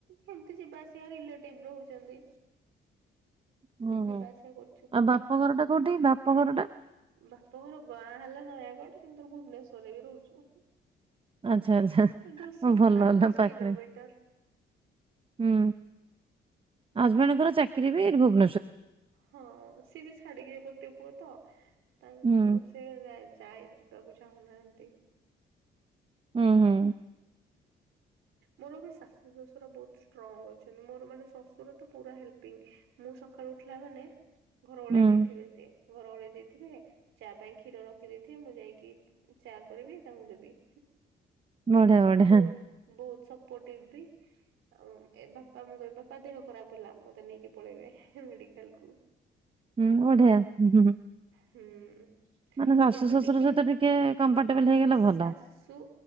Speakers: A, on the right (about 85°); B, on the right (about 25°).
A: କେମିତି ଯିବା ଆସିବା ରିଲେଟିଭ ରହୁଛନ୍ତି।
B: ହୁଁ
A: ଯିବାଆସିବା
B: ହୁଁ
A: କରୁଛୁ।
B: ଆଉ ବାପଘର ଟା କୋଉଠି ବାପଘର ଟା
A: ବାପା ଘର ଗାଁ ହେଲା ନୟାଗଡ କିନ୍ତୁ ଭୁବନେଶ୍ଵରରେ ବି ରହୁଛୁ।
B: ଆଚ୍ଛା ଆଚ୍ଛା ହ
A: ଦଶ
B: ଭଲ
A: ଆଠ
B: ହେଲା
A: ଦଶ
B: ପାଖରେ
A: କିଲୋମିଟର
B: ହୁଁ ହଜବେଣ୍ଡଙ୍କର <unintelligible>
A: ହଁ ସିଏ ବି ଛାଡିକି ଗୋଟେ ପୁଅ ତ ତାଙ୍କୁ
B: ହୁଁ
A: ସେ ଯାଇ ଯିବାକୁ ଚାହୁଁନାହାଁନ୍ତି।
B: ହୁଁ ହୁଁ।
A: ମୋର ବି ଶାଶୁ ଶଶୁର ବହୁତ ଷ୍ଟ୍ରଙ୍ଗ ଅଛନ୍ତି ମୋର ମାନେ ଶଶୁର ତ ପୁରା ହେଲ୍ପିଙ୍ଗ ମୁଁ ସକାଳୁ ଉଠିଲା ମାନେ ଘର ଓଳେଇ
B: ହୁଁ।
A: ଦେଇଥିବେ ସିଏ ଘର ଓଳେଇ ଦେଇଥିବେ ଚା ପାଇଁ କ୍ଷୀର ରଖିଦେଇଥିବେ ମୁଁ ଯାଇକି ଚା କରିବି ତାଙ୍କୁ ଦେବି।
B: ବଢିଆ ବଢିଆ
A: ବହୁତ ବହୁତ ସପୋର୍ଟିଭ ବି। ଆଉ ଏ ବାପା ମୁଁ କହିବି ବାପା ଦେହ ଖରାପ ହେଲା ମତେ ନେଇକି ପଳେଇବେ ମେଡିକାଲ କୁ
B: ହୁଁ ବଢ଼ିଆ ହୁଁ।
A: ହୁଁ
B: ମାନେ ଶାଶୁ
A: କିନ୍ତୁ
B: ଶ୍ୱଶୁର
A: ଟିକେ
B: ସହିତ କମ୍ଫର୍ଟେବଲ ହେଇଗଲେ
A: ସାଶୁ
B: ଭଲ।
A: ଶାଶୁ